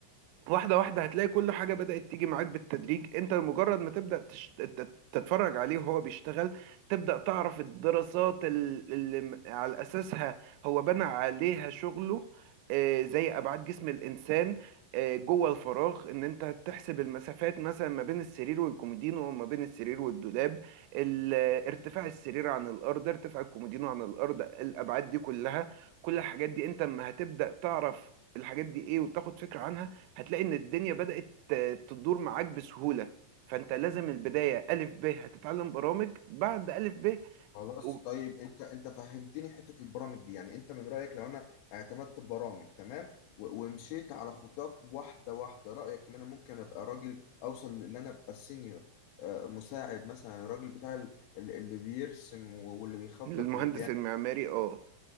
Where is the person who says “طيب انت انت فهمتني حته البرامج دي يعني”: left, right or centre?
Left